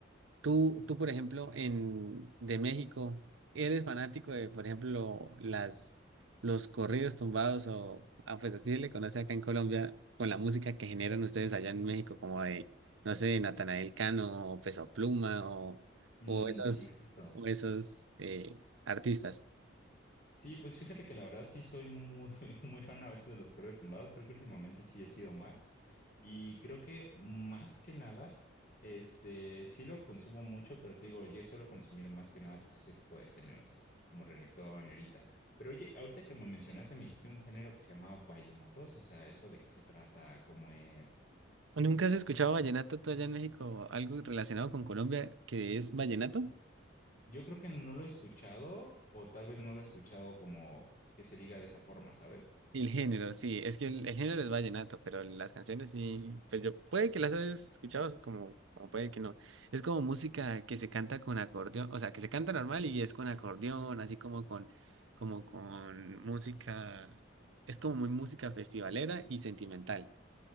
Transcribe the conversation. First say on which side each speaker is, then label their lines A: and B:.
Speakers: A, on the right; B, on the left.
A: Tú, tú, por ejemplo, en de México, ¿eres fanático de, por ejemplo, las los corridos tumbados o ah, pues así se le conoce acá en Colombia con la música que generan ustedes allá en México, como de, no sé, Natanael Cano o Peso Pluma o,
B: Mm,
A: o esos,
B: sí, justo.
A: o esos eh, artistas?
B: Sí, pues fíjate que la verdad sí soy muy, <laughs> muy fan a veces de los correos tumbados. Creo que últimamente sí he sido más. Y creo que más que nada, este, sí lo consumo mucho, pero te digo, yo suelo consumir más que nada pues ese tipo de géneros, como reggaetón y ahorita. Pero oye, ahorita que me mencionaste, me dijiste un género que se llama vallenatos, o sea, eso de qué se trata, cómo es.
A: ¿O ¿Nunca has escuchado vallenato tú allá en México? ¿Algo relacionado con Colombia que es vallenato?
B: Yo creo que no lo he escuchado, o tal vez no lo he escuchado como que se diga de esa forma, ¿sabes?
A: El género, sí, es que el, el género es vallenato, pero las canciones sí, pues yo, puede que las hayas escuchado, es como, como puede que no. Es como música que se canta con acordeón, o sea, que se canta normal y es con acordeón, así como con, como con música, es como muy música festivalera y sentimental.